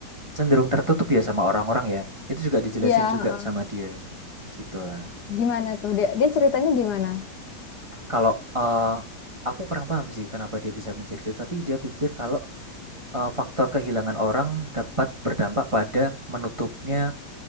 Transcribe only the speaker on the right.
cenderung tertutup ya sama orang-orang ya. Itu juga dijelasin
juga
sama dia. Gitu lah.
Kalau eh, aku kurang paham sih kenapa dia bisa mikir gitu, tapi dia pikir kalau eh, faktor kehilangan orang dapat berdampak pada menutupnya